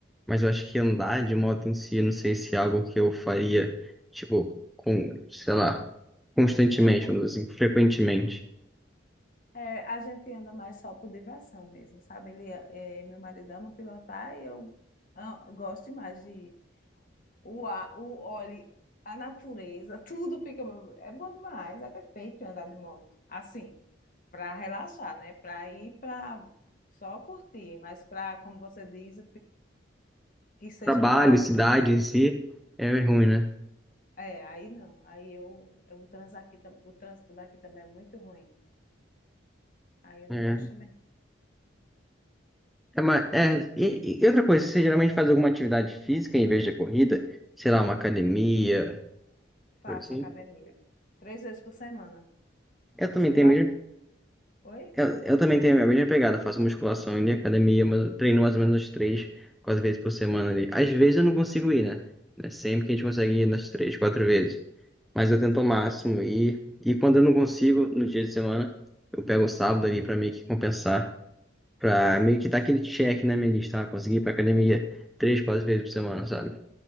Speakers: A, in the centre; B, on the left.
A: Mas eu acho que andar de moto em si, eu não sei se é algo que eu faria, tipo, com, sei lá, constantemente,
B: como hobby.
A: vamos dizer assim, frequentemente.
B: É, a gente anda mais só por diversão mesmo, sabe? Ele, é, meu marido ama pilotar e eu ah, gosto demais de o ar, o óleo, a natureza, <laughs> tudo fica é bom demais, é perfeito andar de moto. Assim, para relaxar, né? Para ir para só curtir, mas para, como você diz, que seja
A: Trabalho,
B: para
A: cidade em si, é ruim, né?
B: É, aí não. Aí eu, eu- o trânsito aqui, tam- o trânsito daqui também é muito ruim. Aí eu
A: É.
B: não gosto também.
A: É uma, é, e, e outra coisa, você geralmente faz alguma atividade física em vez de corrida? Sei lá, uma academia,
B: Faço
A: coisa assim.
B: academia. Três vezes por semana.
A: Eu também
B: Musculação.
A: tenho mesmo,
B: Oi?
A: eu, eu também tenho a mesma pegada, faço musculação e academia, mas eu treino mais ou menos três, quatro vezes por semana ali. Às vezes eu não consigo ir, né? Não é sempre que a gente consegue ir nas três, quatro vezes. Mas eu tento ao máximo ir. E quando eu não consigo, no dia de semana, eu pego o sábado ali pra meio que compensar, pra meio que dar aquele check na minha lista, ah, consegui ir pra academia três, quatro vezes por semana, sabe?